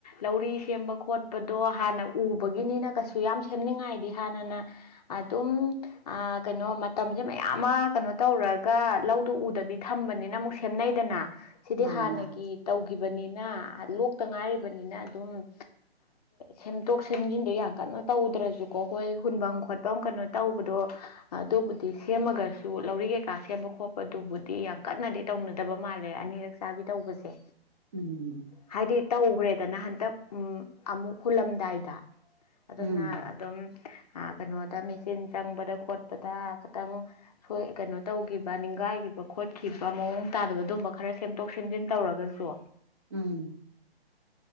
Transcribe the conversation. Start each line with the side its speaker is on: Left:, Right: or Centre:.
Left: ꯂꯧꯔꯤ ꯁꯦꯝꯕ ꯈꯣꯠꯄꯗꯣ ꯍꯥꯟꯅ ꯎꯕ ꯅ ꯀꯩ ꯁꯦꯝꯉ ꯍꯥꯟꯅꯅ ꯑꯗꯨ ꯀꯩꯅꯣ ꯃꯇꯝꯁꯦ ꯃꯌꯥꯝ ꯑꯃ ꯀꯩꯅꯣ ꯇꯧꯔꯒ ꯂꯧꯗꯣ ꯎꯗꯕꯤ ꯊꯝꯕꯅꯤꯅ ꯑꯃꯨꯛ ꯁꯦꯝꯅꯩꯗꯅ ꯁꯤꯗꯤ
Right: ꯃꯥꯅꯤ
Left: ꯍꯥꯟꯅꯒꯤ
Right: ꯃꯥꯅꯤ
Left: ꯇꯧ ꯂꯣꯛꯇ ꯉꯥꯏꯔꯤꯕꯅꯤꯅ ꯑꯗꯨꯝ ꯁꯦꯝꯗꯣꯛ ꯁꯦꯝꯖꯤꯟꯗ ꯌꯥꯝ ꯀꯟꯅ ꯇꯧꯗ꯭ꯔꯁꯨꯀꯣ ꯍꯣꯏ ꯍꯨꯐꯝ ꯈꯣꯠꯐꯝ ꯀꯩꯅꯣ ꯇꯧꯕꯗꯣ ꯑꯗꯨ ꯑꯗꯨ ꯁꯦꯝꯃꯒꯁꯨ ꯂꯧꯔꯤ ꯀꯩꯀꯥ ꯁꯦꯝꯕ ꯈꯣꯠꯄꯗꯨꯕꯨꯗꯤ ꯌꯥꯝ ꯀꯟꯅꯗꯤ ꯇꯧꯅꯗꯕ ꯃꯥꯜꯂꯦ ꯑꯅꯤꯔꯛ ꯆꯥꯕꯤ ꯇꯧꯕꯁꯦ
Right: ꯎꯝ
Left: ꯍꯥꯏꯗꯤ ꯇꯧꯈ꯭ꯔꯦꯗꯅ ꯍꯟꯇꯛ ꯑꯃꯨꯛ ꯍꯨꯜꯂꯝꯗꯥꯏꯗ ꯑꯗꯨꯅ
Right: ꯎꯝ
Left: ꯑꯗꯨꯝ ꯀꯩꯅꯣꯗ ꯃꯦꯆꯤꯟ ꯆꯪꯕꯗ ꯈꯣꯠꯄꯗ ꯈꯤꯇꯪꯣꯏ ꯀꯩꯅꯣ ꯇꯧꯈꯤꯕ ꯅꯤꯡꯒꯥꯏꯈꯤꯕ ꯈꯣꯠꯈꯤꯕ ꯃꯑꯣꯡ ꯇꯥꯗꯕ ꯑꯗꯨꯝꯕ ꯈꯔ ꯁꯦꯝꯗꯣꯛ ꯁꯦꯝꯖꯤ ꯟ ꯇꯧꯔꯒꯁꯨ
Right: ꯎꯝ